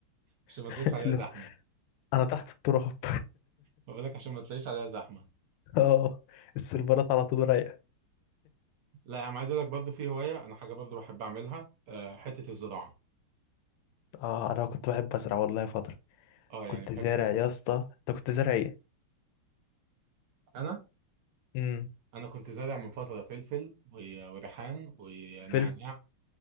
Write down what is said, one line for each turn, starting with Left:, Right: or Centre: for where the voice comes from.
Right: عشان ما
Left: <laughs>
Right: تلاقيش عليها
Left: اللي
Right: زحمه
Left: هو انا تحت التراب
Right: فبالك عشان ما تلاقيش عليها زحمه
Left: <laughs> اه السيرفرات على طول رايقه
Right: لا يا عم عايز اقول لك برضه في هوايه انا حاجه برضه بحب اعملها آه، حته الزراعه
Left: <laughs> اه انا كنت بحب ازرع والله فتره
Right: اه
Left: كنت
Right: يعني بحب
Left: زارع يا اسطى انت كنت زارع ايه
Right: انا
Left: امم
Right: انا كنت زارع من فتره فلفل و- وريحان ونعناع
Left: فلفل